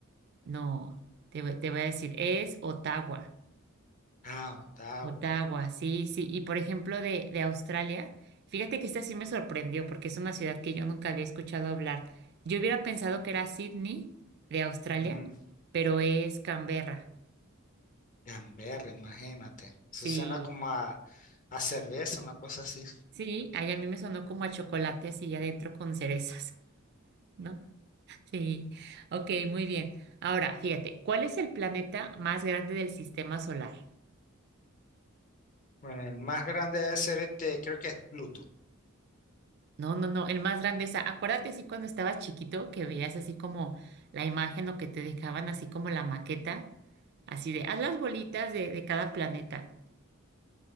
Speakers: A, on the right; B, on the left.
A: No, te, voy- te voy a decir, es Ottawa.
B: Ah, Ottawa.
A: Ottawa, sí, sí. Y por ejemplo, de, de Australia, fíjate que esta sí me sorprendió porque es una ciudad que yo nunca había escuchado hablar. Yo hubiera pensado que era Sydney de Australia,
B: Ujú.
A: pero es Canberra.
B: Canberra, imagínate.
A: Sí,
B: Eso suena como a, a cerveza, una cosa así.
A: sí, ahí a mí me sonó como a chocolate así adentro con cerezas, ¿no? Sí, ok, muy bien. Ahora, fíjate, ¿cuál es el planeta más grande del sistema solar?
B: Bueno, el más grande debe ser este, creo que es Pluto.
A: No, no, no, el más grande. O sea, acuérdate así cuando estabas chiquito que veías así como la imagen o que te dejaban así como la maqueta, así de, haz las bolitas de, de cada planeta.